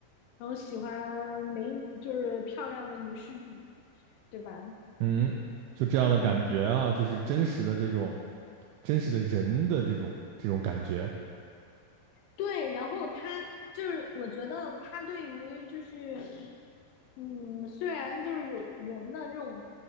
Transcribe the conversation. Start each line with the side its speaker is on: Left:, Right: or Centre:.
Left: 然后喜欢美，就是漂亮的女施主，对吧？
Right: 嗯，就这样的感觉啊，
Left: 嗯，
Right: 就是真实的这种真实的人的这种这种感觉。
Left: 对，然后他就是我觉得他对于就是嗯，虽然就是有人的这种